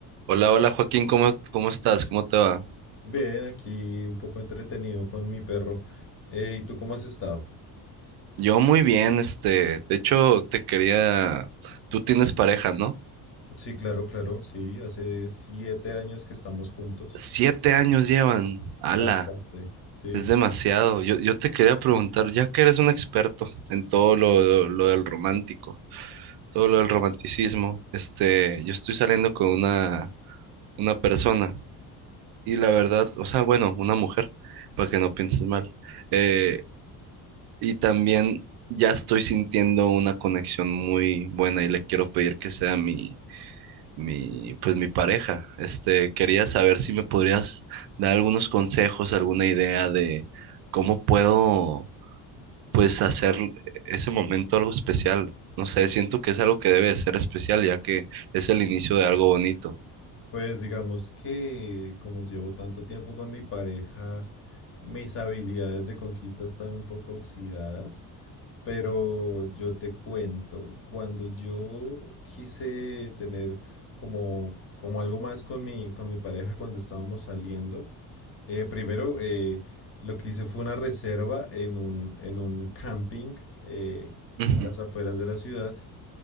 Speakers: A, on the right; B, on the left.
A: Hola, hola Joaquín, ¿cómo, cómo estás? ¿Cómo te va?
B: Bien, aquí un poco entretenido con mi perro. Eh, ¿y tú cómo has estado?
A: Yo muy bien, este, de hecho te quería, tú tienes pareja, ¿no?
B: Sí, claro, claro, sí. Hace siete años que estamos juntos.
A: Siete años llevan, ala,
B: Bastante, sí.
A: es demasiado. Yo, yo te quería preguntar, ya que eres un experto en todo lo, lo, lo del romántico, todo lo del romanticismo, este, yo estoy saliendo con una, una persona y la verdad, o sea, bueno, una mujer, para que no pienses mal. Eh, Y también ya estoy sintiendo una conexión muy buena y le quiero pedir que sea mi, mi, pues mi pareja. Este, quería saber si me podrías dar algunos consejos, alguna idea de cómo puedo, pues, hacer ese momento algo especial. No sé, siento que es algo que debe de ser especial, ya que es el inicio de algo bonito.
B: Pues digamos que como llevo tanto tiempo con mi pareja, mis habilidades de conquista están un poco oxidadas, pero yo te cuento, cuando yo quise tener como, como algo más con mi, con mi pareja cuando estábamos saliendo, eh, primero eh, lo que hice fue una reserva en un, en un camping eh,
A: Ujú.
B: a las afueras de la ciudad.